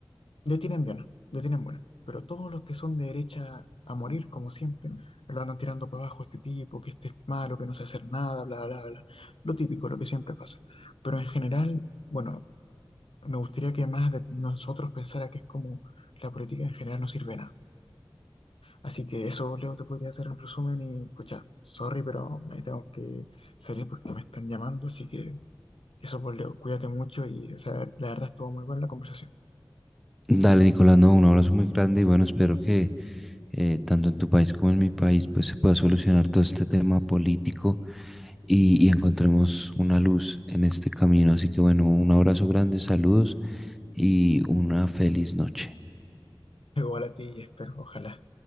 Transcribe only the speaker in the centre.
Dale, Nicolás, no, un abrazo muy grande y bueno, espero que eh, tanto en tu país como en mi país, pues se pueda solucionar todo este tema político y, y encontremos una luz en este camino. Así que bueno, un abrazo grande, saludos y una feliz noche.